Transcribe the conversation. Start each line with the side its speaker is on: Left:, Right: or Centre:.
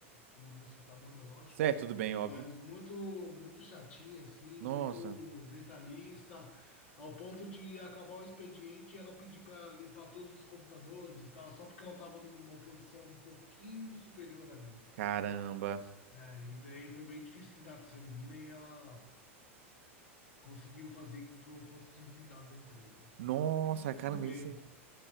Left: não vou citar nome, é lógico,
Right: Certo, tudo bem, óbvio.
Left: mas muito, muito chatinha, assim,
Right: Nossa,
Left: muito detalhista, ao ponto de acabar o expediente e ela pedir para limpar todos os computadores e tal, só porque ela estava numa posição um pouquinho superior à minha.
Right: caramba.
Left: É, e daí foi bem difícil lidar com essa menina e ela conseguiu fazer com que eu fosse desligado da empresa.
Right: Nossa,
Left: Mas tudo
Right: caramba,
Left: bem,
Right: isso. é-